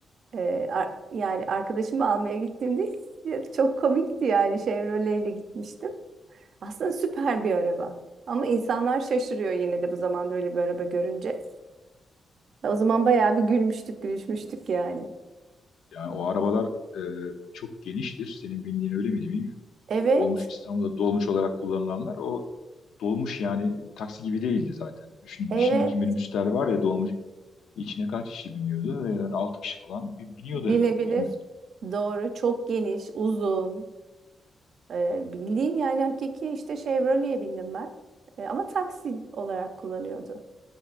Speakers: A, on the right; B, on the left.
A: Ee, ar- yani arkadaşımı almaya gittiğimde ya çok komikti yani Chevrolet ile gitmiştim. Aslında süper bir araba. Ama insanlar şaşırıyor yine de bu zamanda öyle bir araba görünce. O zaman bayağı bir gülmüştük, gülüşmüştük yani.
B: Yani o arabalar e, çok geniştir. Senin bindiğin öyle miydi bilmiyorum.
A: Evet,
B: O dolmuş İstanbul'da dolmuş olarak kullanılanlar o dolmuş yani taksi gibi değildi zaten. Şimdi,
A: evet
B: şimdiki minibüsler var ya dolmuş içine kaç kişi biniyordu? Ve Yani 6 kişi falan bi- biniyordu
A: binebilir.
B: herhalde bilmiyorum.
A: Doğru, çok geniş, uzun. Ee, bildiğin yani hakiki işte Chevrolet'e bindim ben. Ee, ama taksi olarak kullanıyordu.